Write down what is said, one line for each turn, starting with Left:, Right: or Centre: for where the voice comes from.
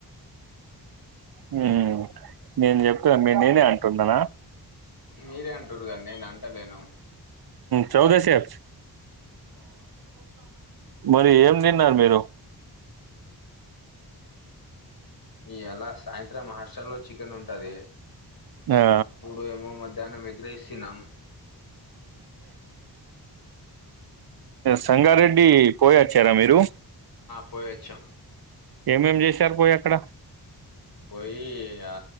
Right: మ్మ్ నేను చెప్తాను మీ నేనే అంటున్నానా
Left: మీరే అంటురుగా నేను అంట ఉంటలేను
Right: చౌదశప్స్ మరి ఏం తిన్నారు మీరు
Left: ఈ ఎలా సాయంత్రం మా హాస్టల్ లో చికెన్ ఉంటది
Right: ఆ
Left: అప్పుడు ఏమో మధ్య దాని <unintelligible>
Right: సంగారెడ్డి పోయొచ్చారా మీరు
Left: పోయవచ్చం
Right: ఏమేమి చేశారు పోయి అక్కడ
Left: పోయి ఆ